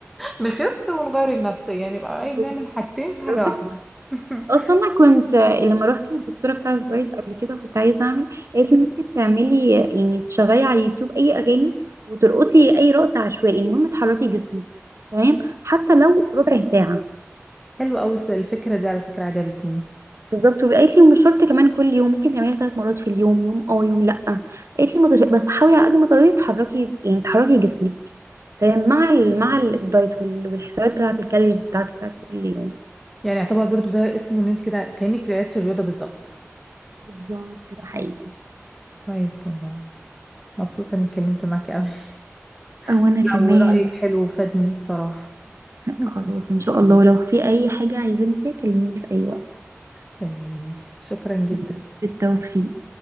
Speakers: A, in the centre; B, on the right (about 70°).
A: نخس ونغير النفسيه يعني بقى
B: <laughs>
A: ايه بنعمل حاجتين في حاجه واحده <laughs>
B: اصلا انا كنت لما روحت للدكتوره بتاعه الدايت قبل كده كنت عايزه اعمل قالت لي ممكن تعملي يعني تشغلي على اليوتيوب اي اغاني وترقصي اي رقص عشوائي المهم تحركي جسمك تمام حتى لو ربع ساعه
A: حلو قوي الفكرة دي على فكرة عجبتني
B: بالظبط وقالت لي ومش شرط كمان كل يوم ممكن تعمليها ثلاث مرات في اليوم يوم اه يوم لا قالت لي ما تغ- بس حاولي على قد ما تقدري تحركي يعني تحركي جسمك تمام مع ال... مع الدايت وال... والحسابات بتاعه الكالوريز بتاعتك بتاعت كل يوم
A: يعني يعتبر برضو ده اسمه ان انت كده كأنك لعبت الرياضة بالظبط
B: بالظبط ده حقيقي
A: كويس والله مبسوطة اني اتكلمت معاكي قوي <laughs>
B: او انا كمان
A: لا ورأيك حلو وفادني بصراحة <laughs>
B: خلاص ان شاء الله لو في اي حاجه عايزاني فيها كلميني في اي وقت
A: تمام ماشي شكرا جدا
B: مم. بالتوفيق